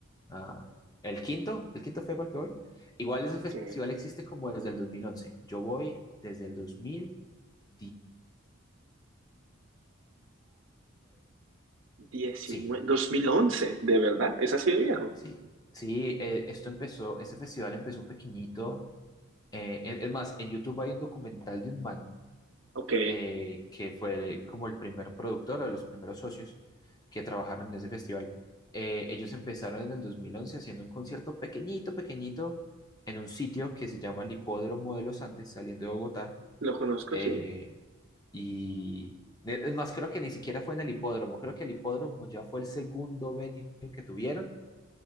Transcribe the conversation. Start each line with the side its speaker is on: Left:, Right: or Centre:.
Left: ah, el quinto, el quinto fue igual que voy. Igual ese
Right: Ok,
Left: festival existe como desde el 2011. Yo voy desde el 2019,
Right: diecinueve,
Left: sí,
Right: dos mil once, ¿de verdad? ¿Es así de viejo?
Left: Sí, sí, eh, esto empezó, este festival empezó pequeñito. eh, es, es más, en YouTube hay un documental de un man
Right: Ok,
Left: eh, que fue como el primer productor o de los primeros socios que trabajaron en ese festival. Eh, ellos empezaron en el 2011 haciendo un concierto pequeñito, pequeñito, en un sitio que se llama el Hipódromo de los Andes, saliendo de Bogotá.
Right: lo conozco,
Left: eh,
Right: sí.
Left: y es más, creo que ni siquiera fue en el hipódromo, creo que el hipódromo ya fue el segundo venue que tuvieron